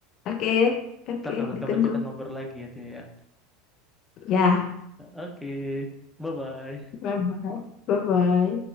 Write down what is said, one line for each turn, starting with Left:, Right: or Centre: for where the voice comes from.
Left: Oke, oke,
Centre: Ntar kapan-kapan
Left: ditunggu.
Centre: kita ngobrol lagi ya, Tia. ya.
Left: Ya,
Centre: Oke. Bye-bye.
Left: bye bye, bye bye.